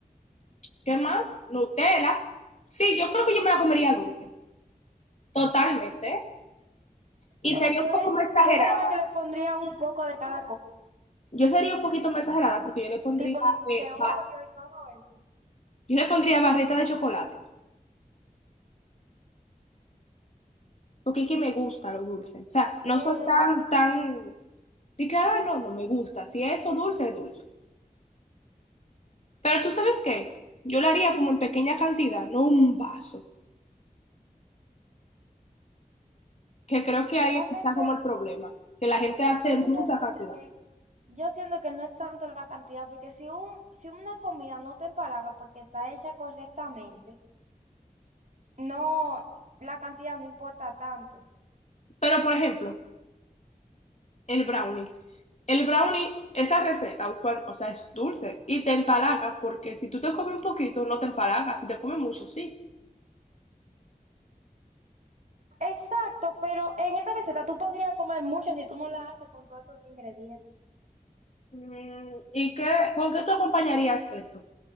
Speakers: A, on the left; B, on the right.
A: ¿qué más? Nutella. Sí, yo creo que yo me la comería dulce, totalmente, ¿eh? Y
B: O
A: sería
B: sea, tú
A: un
B: eres,
A: poco más exagerado.
B: tú eres de la que le pondría un poco de cada cosa,
A: Yo sería un poquito más exagerada porque yo le pondría,
B: tipo de
A: eh,
B: de Oreo
A: ba-
B: y todo eso.
A: yo le pondría barrita de chocolate, porque es que me gusta lo dulce. O sea, no
B: Eh,
A: soy tan, tan, de que, ah, no, no me gusta. Si es eso dulce, es dulce. Pero tú sabes qué, yo lo haría como en pequeña cantidad, no un vaso, que creo que ahí
B: realmente
A: está como el problema, que la gente hace
B: es que
A: mucha
B: yo siento
A: cantidad.
B: que yo siento que no es tanto la cantidad, porque si un, si una comida no te empalaga porque está hecha correctamente, no, la cantidad no importa tanto.
A: Pero, por ejemplo, el brownie. El brownie, esa receta, usual- o sea, es dulce y te empalaga, porque si tú te comes un poquito, no te empalaga, si te comes mucho, sí.
B: Exacto, pero en esta receta tú podrías comer mucho si tú no la haces con todos esos ingredientes.
A: Mm, ¿Y qué, con qué tú acompañarías eso? O